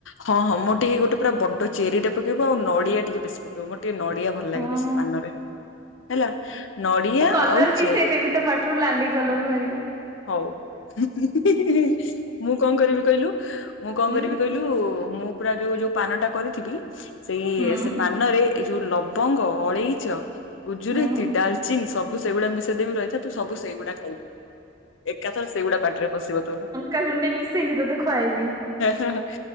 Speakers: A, on the left (about 85°); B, on the right (about 20°).
A: ହଁ ହଁ ମୋର ଟିକେ ଗୋଟେ ପୁରା ବଡ ଚେରି ଟେ ପକେଇବୁ ଆଉ ନଡିଆ ଟିକେ ବେଶୀ ପକେଇବୁ। ମୋର ଟିକେ ନଡିଆ ଭଲ ଲାଗେ
B: ହଁ
A: ବେଶୀ ପାନରେ। ହେଲା ନଡ଼ିଆ
B: ମୁଁ କଲର
A: ଆଉ
B: ମିଶେଇ
A: ଚେରି।
B: ଦେବି ତୋ ପାଟିରୁ ଲାଲି କଲର ବାହାରିବ।
A: ହଉ। <unintelligible> ମୁଁ କଣ କରିବି? କଇଲୁ। ମୁଁ କଣ
B: ଉଁ
A: କରିବି କଇଲୁ? ମୁଁ ପୁରା ଯୋଉଁ ଯୋଉଁ ପାନଟା କରିଥିବି ସେଇ
B: ହୁଁ
A: ସେ ପାନରେ ଏଇ ଯୋଉ ଲବଙ୍ଗ, ଅଳେଇଚ, ଗୁଜୁରାତି,
B: ହୁଁ
A: ଡାଲ ସବୁ ସେଗୁଡା ମିଶେଇ ଙ୍ଗ୍ ରହିଥା ତୁ ସବୁ ସେଗୁଡା ଖାଇବୁ। ଏକାଥରେ ସେଇଗୁଡା ପାଟିରେ ପଶିବ ତୋର।
B: କା କୁଣ୍ଡେ ମିଶେଇକି ତେତେ ଖୁଆଇବି।
A: ଏଆ ହଁ ହଁ